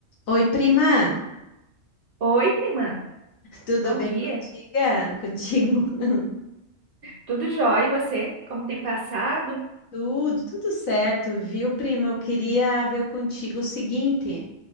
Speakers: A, on the left (about 80°); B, on the right (about 55°).
A: Oi, prima,
B: Oi, prima.
A: tudo
B: Bom
A: bem
B: dia.
A: contiga? Contigo? <laughs>
B: Tudo jóia? E você? Como tem passado?
A: Tudo, tudo certo, viu, prima? Eu queria ver contigo o seguinte: